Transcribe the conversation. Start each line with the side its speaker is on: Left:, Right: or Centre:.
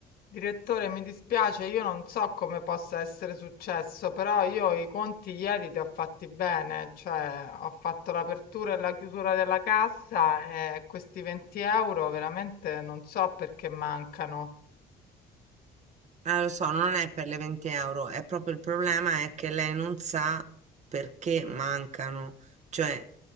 Left: Direttore mi dispiace io non so come possa essere successo, però io i conti ieri li ho fatti bene, cioè ho fatto l'apertura e la chiusura della cassa e questi 20 euro veramente non so perché mancano.
Right: Eh, lo so, non è per le 20 euro, è proprio il problema è che lei non sa perché mancano, cioè,